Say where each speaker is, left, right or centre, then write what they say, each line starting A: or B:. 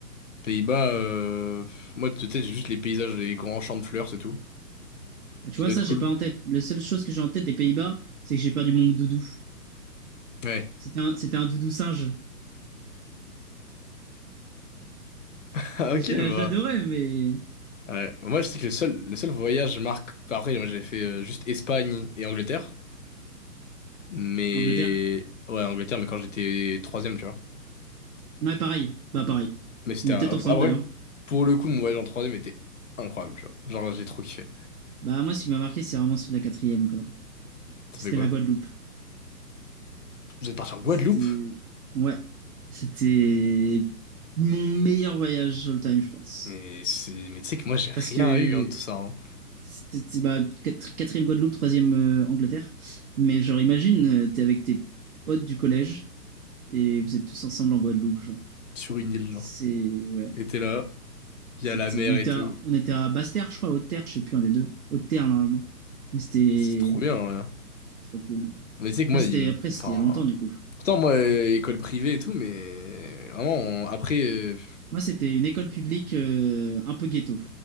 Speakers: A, on the left; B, on the right.
A: Pays-Bas, euh, pff, moi, de tête, j'ai juste les paysages, les grands champs de fleurs, c'est tout.
B: Bah, Tu
A: Qui
B: vois,
A: doit
B: ça,
A: être
B: j'ai
A: cool.
B: pas en tête. La seule chose que j'ai en tête des Pays-Bas, c'est que j'ai perdu mon doudou.
A: Ouais.
B: C'était un, c'était un doudou singe.
A: <laughs>
B: Je,
A: Ok,
B: l'a-
A: bah.
B: je l'adorais, mais.
A: Ouais. Moi, je sais que le seul, le seul voyage marque. enfin, après, moi, j'avais fait euh, juste Espagne et Angleterre. Mais.
B: Angleterre?
A: Ouais, Angleterre, mais quand j'étais troisième, tu vois.
B: Ouais, pareil. Bah, pareil.
A: Mais c'était
B: On est
A: un...
B: peut-être
A: Après,
B: ensemble d'ailleurs.
A: pour le coup, mon voyage en 3D était incroyable, tu vois. Genre, j'ai trop kiffé.
B: Bah, moi, ce qui m'a marqué, c'est vraiment celui de la quatrième, quoi.
A: Ça
B: C'était
A: fait quoi?
B: la Guadeloupe.
A: Vous êtes parti en Guadeloupe?
B: C'était. Ouais. C'était mon meilleur voyage all time, je pense.
A: Mais c'est... Mais tu sais que moi, j'ai rien
B: Parce que
A: eu, hein, de tout ça, hein.
B: C'était bah, quatri- quatrième Guadeloupe, troisième euh, Angleterre. Mais genre, imagine, euh, t'es avec tes potes du collège et vous êtes tous ensemble en Guadeloupe, genre.
A: Sur une île,
B: C'est
A: genre.
B: ouais,
A: Et t'es là, il
B: c'était.
A: y a la mer
B: On était
A: et tout.
B: à, on était à Basse-Terre, je crois, Haute-Terre, je sais plus un des deux. Haute-Terre normalement. Mais c'était
A: C'est trop bien, hein.
B: trop cool.
A: Mais tu sais
B: Après
A: que moi,
B: c'était
A: ils m'ont-
B: après c'était
A: enfin...
B: il y a longtemps du coup.
A: Pourtant, moi, euh, école privée et tout, mais... Vraiment, on- après... euh,
B: Moi c'était une école publique euh, un peu ghetto